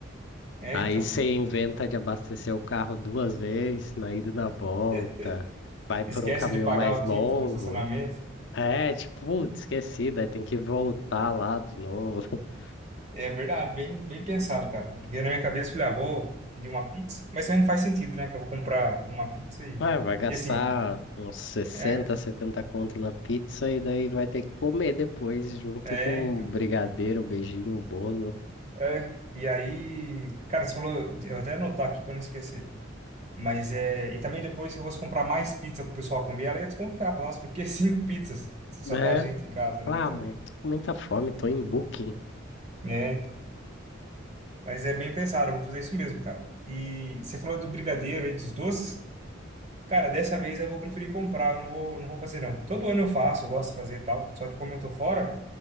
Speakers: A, on the right (about 35°); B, on the left (about 60°).
A: É,
B: Aí
A: então.
B: você inventa de abastecer o carro duas vezes, na ida e na volta.
A: <laughs>
B: Vai por
A: Esquece
B: um caminho
A: de pagar
B: mais
A: o
B: longo.
A: ticket do estacionamento.
B: É, tipo, putz, esqueci, daí tem que voltar lá de novo. <laughs>
A: É verdade, bem, bem pensado, cara. Porque na minha cabeça eu falei, ah, vou pedir uma pizza, mas também não faz sentido, né? Que eu vou comprar uma pizza e.
B: Ah, vai gastar
A: E assim,
B: uns sessenta,
A: é,
B: 70 conto na pizza e daí vai ter que comer depois, junto
A: é,
B: com
A: então.
B: um brigadeiro, beijinho, bolo.
A: É. E aí, cara, você falou, eu vou até anotar aqui pra não esquecer. Mas é. E também depois, se eu fosse comprar mais pizza pro pessoal comer, ela ia desconfiar, falar, nossa, por que <laughs> cinco pizzas? Se só
B: É.
A: tá gente em casa, né?
B: Ah,
A: Então,
B: mãe, tô com muita fome, tô em booking.
A: é. então". Mas é bem pensado, eu vou fazer isso mesmo, cara. E você falou do brigadeiro aí, dos doces. Cara, dessa vez eu vou preferir comprar, eu não vou, não vou fazer não. Todo ano eu faço, eu gosto de fazer e tal, só que como eu tô fora,